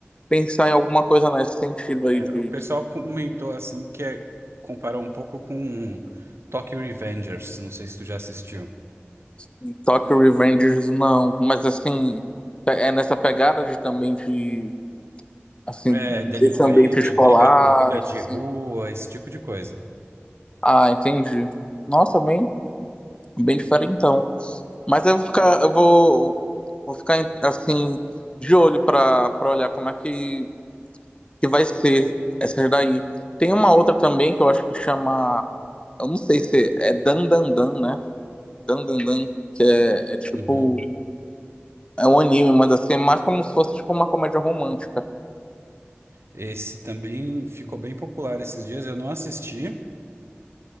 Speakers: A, on the left (about 25°); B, on the right (about 75°).
A: pensar em alguma coisa nesse sentido aí
B: É,
A: de
B: o pessoal comentou assim que é- comparou um pouco com Tokyo Revengers, não sei se tu já assistiu.
A: em Tokyo Revengers, não. Mas assim, é nessa pegada de também de, assim,
B: É, delinquente,
A: desse ambiente escolar,
B: briga, briga
A: assim.
B: de rua, esse tipo de coisa.
A: Ah, entendi. Nossa, bem, bem diferentão. Mas eu vou ficar, eu vou, vou ficar assim de olho para para olhar como é que, que vai ser essa daí. Tem uma outra também que eu acho que chama, eu não sei se é Dan Dan Dan, né? Dan Dan Dan, que é, é tipo
B: Uhum.
A: é um anime, mas assim é mais como se fosse tipo uma comédia romântica.
B: Esse também ficou bem popular esses dias, eu não assisti,